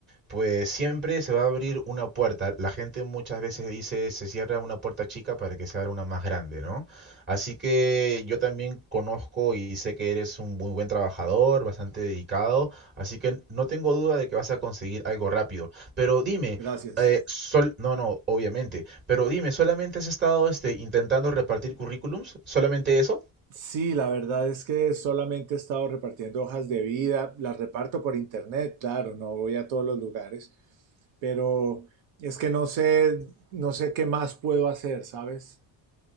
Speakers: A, on the right; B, on the right.
A: pues siempre se va a abrir una puerta. La gente muchas veces dice se cierra una puerta chica para que se abra una más grande, ¿no? Así que yo también conozco y sé que eres un muy buen trabajador, bastante dedicado, así que no tengo duda de que vas a conseguir algo rápido. Pero dime,
B: Gracias.
A: eh, sol, no, no, obviamente, pero dime, ¿solamente has estado este, intentando repartir currículums? ¿Solamente eso?
B: Sí, la verdad es que solamente he estado repartiendo hojas de vida, las reparto por internet, claro, no voy a todos los lugares, pero es que no sé, no sé qué más puedo hacer, ¿sabes?